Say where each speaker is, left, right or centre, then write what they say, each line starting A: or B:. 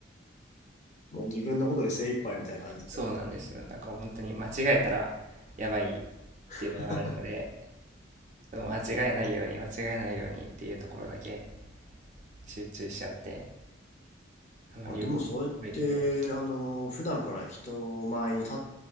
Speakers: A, on the left; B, on the right.
A: もう自分のことで精一杯みたいな感じですか。
B: そうなんです。なんか本当に間違えたらやばいっていうのもあるので、
A: <laughs>
B: でも間違えないように、間違えないようにっていうところだけ集中しちゃって、あまり動
A: あ、でもそうやって、
B: いたりはでき
A: あの、普段から人前に立っ